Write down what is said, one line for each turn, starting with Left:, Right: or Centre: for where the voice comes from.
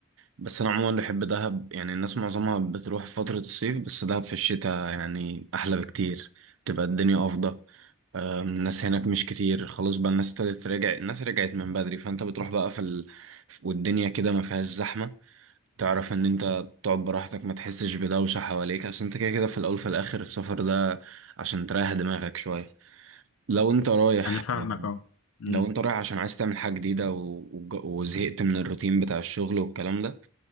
Right: بس أنا عموما بحب دهب يعني الناس معظمها بتروح في فترة الصيف بس دهب في الشتاء يعني أحلى بكتير بتبقى الدنيا أفضل أم، الناس هناك مش كتير خلاص بقى الناس ابتدت تراجع الناس رجعت من بدري فانت بتروح بقى في ال... والدنيا كده ما فيهاش زحمة تعرف ان انت تقعد براحتك ما تحسش بدوشة حواليك عشان انت كده كده في الاول في الاخر السفر ده عشان تريح دماغك شوية لو انت رايح
Left: أنا فاهمك أه أمم.
Right: لو انت رايح عشان عايز تعمل حاجة جديدة و... وج- وزهقت من الروتين بتاع الشغل والكلام ده